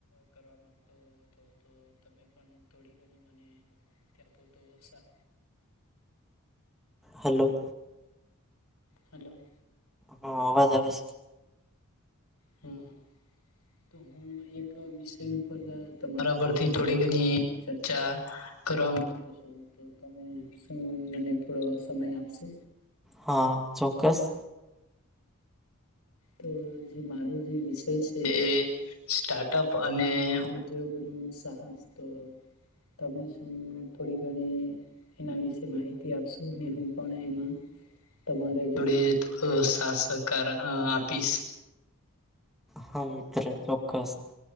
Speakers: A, on the left; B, in the centre.
A: કરવા માગતો હતો તો, તમે પણ થોડી ઘણી મને તપો તો સા
B: હલો.
A: હલો.
B: હા! અવાજ આવે છે.?
A: હા હા! તો હું એક વિષય ઉપર તમારા પરથી થોડી ઘણી ચર્ચા. કરવા માંગતો છો, તો તમે મ થોડો સમય આપશો.?
B: હા! ચોક્કસ.
A: તો જે મારો જે વિષય છે એ સ્ટાર્ટઅપ અને ઉદ્યોગ. ન સાહસ તો તમે શું થોડી ઘણી એના વિશે માહિતી આપશુ ને હું પણ એમાં તમારે જોડે થોડો સાહ સહકાર આપીશ
B: હા! મિત્ર ચોક્કસ.